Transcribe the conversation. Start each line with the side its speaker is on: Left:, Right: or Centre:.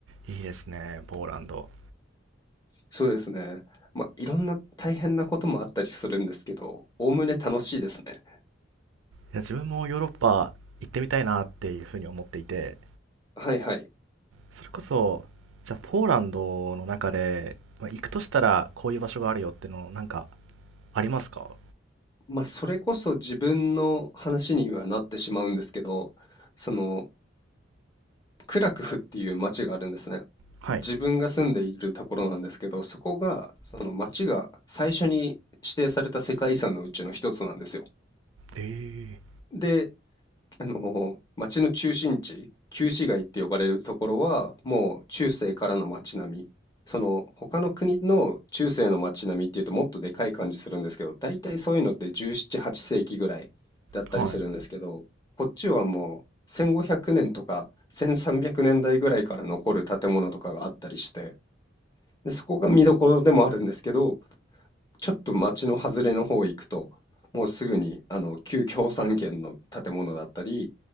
Right: いいですね、ポーランド。
Left: そうですね。まあ、いろんな大変なこともあったりするんですけど、おおむね楽しいですね。
Right: いや、自分もヨーロッパ行ってみたいなっていうふうに思っていて、
Left: はいはい。
Right: それこそ、じゃあポーランドの中で、まあ行くとしたらこういう場所があるよっていうのをなんかありますか
Left: まあ、それこそ自分の話にはなってしまうんですけど、その、クラクフっていう町があるんですね。
Right: はい。
Left: 自分が住んでいるところなんですけど、そこが、その町が最初に指定された世界遺産のうちの一つなんですよ。
Right: ええ
Left: で、あの、町の中心地、旧市街って呼ばれるところは、もう中世からの町並み。その他の国の中世の町並みっていうともっとでかい感じするんですけど、大体そういうのって17、8世紀ぐらいだったりするんですけど、
Right: はい。
Left: こっちはもう1500年とか1300年代ぐらいから残る建物とかがあったりして、で、そこが見どころでもあるんですけど、ちょっと街の外れの方行くと、もうすぐにあの旧共産圏の建物だったり、